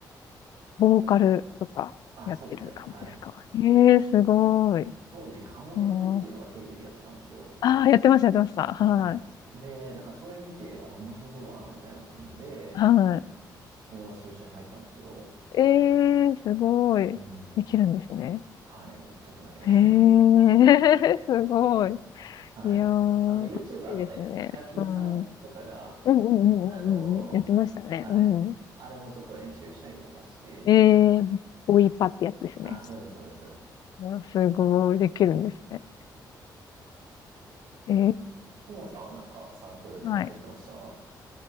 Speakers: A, on the left; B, on the right.
A: ボーカルとかやってる感じですかええー、
B: おあ、そうですね。はい。
A: すごい。
B: 当時、ハモネプっていうのがテレビでやってたんですよ。
A: そうああ、やってました、やってました。はい。
B: はい。で、なんかそれ見て、あ、面白そうだな、みたいな感じで、
A: はい。
B: 友達と一緒に入ったんですけど、
A: ええー、すごい。
B: うん。
A: できるんですね。
B: はい。ちょっとだけ
A: ええ <laughs> ー、すごい。
B: <laughs> はい。
A: いやー、
B: あの、YouTuber
A: 楽しいですね。
B: のね、ヒカキンさんとかが、
A: うん。うんうんうんうんうんうん。
B: あのーはい。
A: やってましたね。うん。
B: あれもちょっと練習したりとかして、
A: えー、ボイパってやつですね。
B: あ、そうです、そうです。は
A: うんすごい、できるんですね。
B: い
A: えー、
B: ももさんはなんかサークルとか入ってました
A: はい。